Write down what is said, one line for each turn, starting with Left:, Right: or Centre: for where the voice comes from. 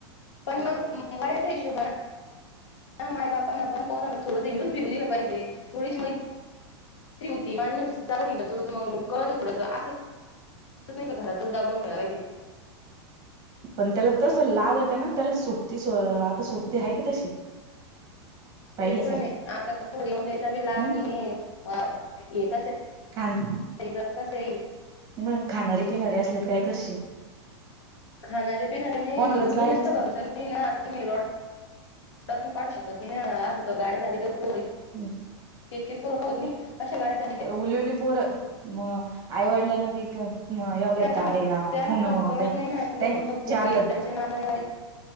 Left: पण मग म याच्या हिशोबाने, माय बापांना पण पर थोडस हिरून फिरून. पाहिजे थोडीशी मैत्री होती माणूस <unintelligible> तो मग कळत थोडंसं असं कसं नाही का घरातच दाबून ठेवाय पाहिजे.
Right: पण त्याला तस लागत हाय ना, त्याला सोबती आता सोबती हाय का तशी? पहिल्यासारखी
Left: ते पण आहे. आता <unintelligible> येऊन द्यायचा लाग
Right: हम्
Left: नाहीये अ हे कसं आहे
Right: आण
Left: जग कसं आहे
Right: मग खाणारे पिणारे असले तर काय करशीन?
Left: खाणारे पिणारे नाही.
Right: कोणालाच बाहेर
Left: मिनीटचा भरवसा नाही ना आता तुम्ही रॉड पण पाठू शकत नाही असं गाडी चालवीत पोर
Right: हम्म.
Left: इतके पोर होत नाही कशा गाडी चाली त्या
Right: उली उली पोर मग आईवडिलांना बी क मग एवढ्या
Left: त्यांना
Right: गाड्या,
Left: त्यांना
Right: फोन
Left: कळत
Right: त्यांच्या
Left: नाही ना ते फक्त फुगीराच्या
Right: आता
Left: <unintelligible>